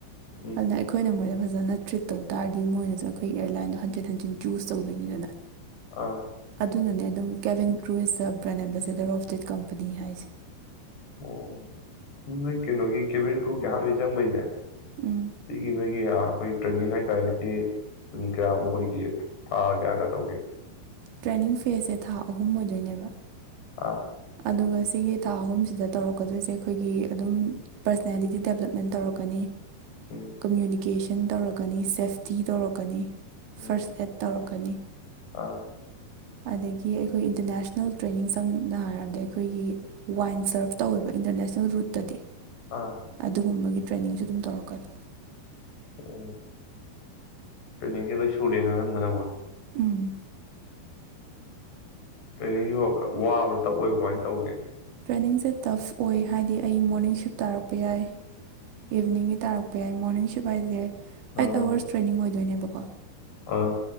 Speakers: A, on the left (about 65°); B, on the right (about 80°).
A: ꯎꯝ
B: ꯑꯗꯨꯅ ꯑꯩꯈꯣꯏꯅ ꯃꯣꯗ ꯐꯖꯅ ꯇ꯭ꯔꯤꯠ ꯇꯧ ꯇꯥꯔꯗꯤ ꯃꯣꯏꯅꯁꯨ ꯑꯩꯈꯣꯏ ꯑꯦꯌꯥꯔꯂꯥꯏꯟꯗꯣ ꯍꯟꯖꯤꯟ ꯍꯟꯖꯤꯟ ꯆꯨꯖ ꯇꯧꯗꯣꯏꯅꯤꯗꯅ
A: ꯑꯥ
B: ꯑꯗꯨꯅꯅꯦ ꯑꯗꯨꯝ ꯀꯦꯕꯤꯟ ꯀ꯭ꯔꯨꯁꯇ brand ambassador of that company ꯍꯥꯏꯁꯦ
A: ꯑꯣ ꯅꯣꯏ ꯀꯩꯅꯣꯒꯤ ꯀꯦꯕꯤꯟ ꯀꯔ꯭ꯤꯎꯒꯤ ꯑꯍꯟꯕꯩ ꯆꯪꯕꯩꯁꯦ
B: ꯎꯝ
A: ꯁꯤꯒꯤ ꯅꯣꯏꯒꯤ ꯈꯣꯏ ꯇ꯭ꯔꯦꯟꯅꯤꯡ ꯍꯥꯏꯇꯥꯔꯦꯅꯦ ꯇꯤꯌꯦ ꯔꯨꯝ ꯀꯌꯥꯃꯨꯛ ꯑꯣꯏꯒꯦ ꯊꯥ ꯀꯌꯥꯒ ꯇꯧꯒꯦ꯫
B: ꯇ꯭ꯔꯦꯅꯤꯡ ꯐꯦꯁꯁꯦ ꯊꯥ ꯑꯍꯨꯝ ꯑꯣꯏꯗꯣꯏꯅꯦꯕ
A: ꯑꯥ
B: ꯑꯗꯨꯒ ꯁꯤꯒꯤ ꯊꯥ ꯑꯍꯨꯝꯁꯤꯗ ꯇꯧꯔꯛꯀꯗꯣꯏꯁꯦ ꯑꯩꯈꯣꯏꯒꯤ ꯑꯗꯨꯝ ꯄꯔꯁꯅꯦꯂꯤꯇꯤ ꯗꯦꯕꯂꯞꯃꯦꯟ ꯇꯧꯔꯛꯀꯅꯤ
A: ꯎꯝ
B: ꯀꯃꯨꯅꯤ ꯀꯦꯁꯟ ꯇꯧꯔꯛꯀꯅꯤ ꯁꯦꯐꯇꯤ ꯇꯧꯔꯛꯀꯅꯤ
A: ꯎꯝ
B: ꯐꯥꯔꯁ ꯑꯦꯠ ꯇꯧꯔꯛ ꯀꯅꯤ
A: ꯑꯥ
B: ꯑꯗꯒꯤ ꯑꯩꯈꯣꯏ ꯏꯟꯇꯔꯅꯦꯁꯅꯦꯜ ꯇ꯭ꯔꯦꯅꯤꯡ ꯁꯝꯅ ꯍꯥꯏꯔꯕꯗ ꯑꯩꯈꯣꯏꯒꯤ ꯋꯥꯏꯟ ꯁꯔꯞ ꯇꯧꯋꯦꯕ ꯏꯟꯇꯔꯅꯦꯁꯅꯦꯜ ꯔꯨꯠꯇꯗꯤ
A: ꯑꯥ
B: ꯑꯗꯨꯒꯨꯝꯕꯒꯤ ꯇ꯭ꯔꯦꯅꯤꯡꯁꯨ ꯑꯗꯨꯝ ꯇꯧꯔꯛꯀꯅꯤ
A: ꯑꯣ ꯇ꯭ꯔꯦꯅꯤꯡꯖꯦ ꯂꯣꯏ ꯁꯨꯔꯦ ꯑꯅꯝꯕꯅꯋꯣ꯫
B: ꯎꯝ
A: ꯇ꯭ꯔꯦꯅꯤꯡꯁꯤ ꯈꯔꯥ ꯋꯥꯕ꯭ꯔꯥ ꯇꯞ ꯑꯣꯏꯕ ꯀꯃꯥꯏꯅ ꯇꯧꯒꯦ
B: ꯇ꯭ꯔꯦꯅꯤꯡꯁꯦ ꯇꯐ ꯑꯣꯏ ꯍꯥꯏꯗꯤ ꯑꯩ ꯃꯣꯔꯅꯤꯡ ꯁꯤꯞ ꯇꯥꯔꯛꯄ ꯌꯥꯏ ꯏꯚꯅꯤꯡꯒꯤ ꯇꯥꯔꯛꯄ ꯌꯥꯏ ꯃꯣꯔꯅꯤꯡ ꯁꯤꯞ ꯍꯥꯏꯁꯦ ꯑꯩꯗꯣ
A: ꯑꯥ
B: ꯋꯥꯔꯁ ꯇ꯭ꯔꯦꯅꯤꯡ ꯑꯣꯏꯗꯣꯏꯅꯦꯕ꯫
A: ꯑꯥ꯫